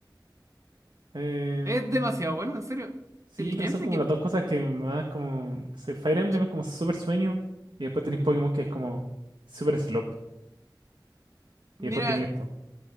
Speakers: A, on the right (about 80°); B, on the right (about 40°).
A: Em,
B: Es demasiado bueno, en serio.
A: Sí,
B: El
A: pero
B: gameplay
A: son como
B: que...
A: las dos cosas que más como... no sé, Fire
B: uch,
A: Emblem es como súper sueño y después tenéis Pokémon que es como súper slop
B: Mira,
A: y después tenéis esto.